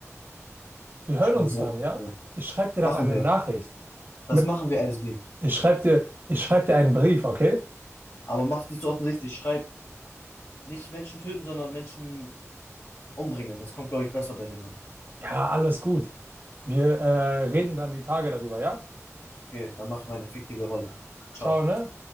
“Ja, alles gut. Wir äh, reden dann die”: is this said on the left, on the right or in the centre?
Right